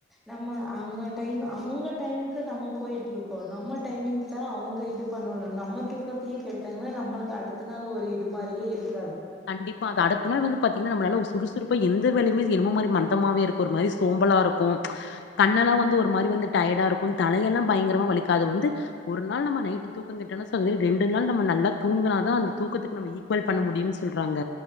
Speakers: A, in the centre; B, on the left.
A: நம்ம அவங்க டைம் அவங்க டைமுக்கு நம்ம போயிட்டு இருக்கோ நம்ம டைமிங் சா அவங்க இது பண்ணணு நம்ம தூக்கத்தையே கேடுத்தங்கன்னா நம்மளுக்கு அடுத்த நாள் ஒரு இது மாரியே இருக்
B: கண்டிப்பா அது அடுத்த நாள் வந்து பாத்தீங்கன்னா நம்மளல்ல ஒரு சுறுசுறுப் இப்ப எந்த வேலையுமே என்னமோ மாரி மந்தமாவே இருக்கு ஒரு மாரி சோம்பலா இருக்கு கண்ணெல்லா வந்து ஒரு மாரி வந்து டை டயடா இருக்கு தலையெல்லா பயங்கரமா வலிக்காது வந்து ஒரு நாள் நம்ம நைட் தூக்க கெட்டலு சரி ரெண்டு நாள் நம்ம நல்லா தூங்குனாதா அந்த தூக்கத்துக்கு நம்ம ஈக்குவல் பண்ண முடியும்னு சொல்றாங்க